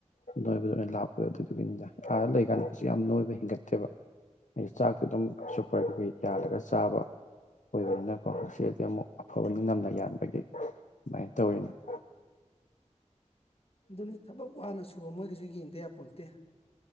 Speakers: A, on the left; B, on the left.
A: ꯅꯣꯏꯕꯗ ꯑꯣꯏꯅ ꯂꯥꯛꯄ ꯑꯗꯨꯗꯨꯒꯤꯅꯤꯗ ꯑꯥꯗ ꯂꯩꯀꯥꯟꯗ ꯀꯩꯁꯨ ꯌꯥꯝ ꯅꯣꯏꯕ ꯍꯦꯟꯒꯠꯇꯦꯕ ꯑꯩꯒꯤ ꯆꯥꯛꯁꯨ ꯑꯗꯨꯝ ꯁꯨꯄꯔ ꯀꯩꯀꯩ ꯌꯥꯜꯂꯒ ꯆꯥꯕ ꯑꯣꯏꯕꯅꯤꯅꯀꯣ ꯁꯤꯗꯗꯤ ꯑꯃꯨꯛ ꯑꯐꯕꯅ ꯅꯝꯅ ꯌꯥꯟꯕꯒꯤ ꯑꯗꯨꯃꯥꯏꯅ ꯇꯧꯔꯤꯅ <inaudible>
B: ꯑꯗꯨꯅꯤ ꯊꯕꯛ ꯋꯥꯅ ꯁꯨꯕ ꯃꯣꯏꯒꯤꯁꯨ ꯌꯦꯡꯗ ꯌꯥꯄꯣꯟꯇꯦ